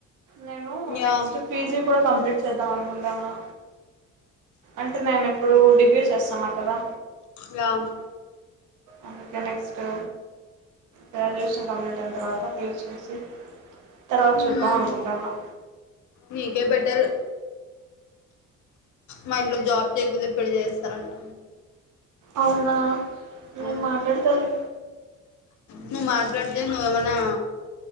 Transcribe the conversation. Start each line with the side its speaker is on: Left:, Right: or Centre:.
Right: నేను
Left: యా
Right: నెక్స్ట్ పిజి కూడా కంప్లీట్ చేద్దాం అనుకుంటానా. అంటే నేను ఇప్పుడు డిగ్రీ చేస్తన్న కదా.
Left: యామ్
Right: అందుకే నెక్సట్టు గ్రాడ్యుయేషన్ కంప్లీట్ అయిన తర్వాత పీజ్ చేసి తర్వాత
Left: హ్మ్
Right: చూద్దాం అనుకుంటానా
Left: నీకే బెటర్ మా ఇంట్లో జాబ్ చేయకపోతే పెళ్ళి చేస్తారంట.
Right: అవునా
Left: అవును
Right: నేన్ మాట్లాడతాలే
Left: నువ్వు మాట్లాడితే నువ్వేవాన్నా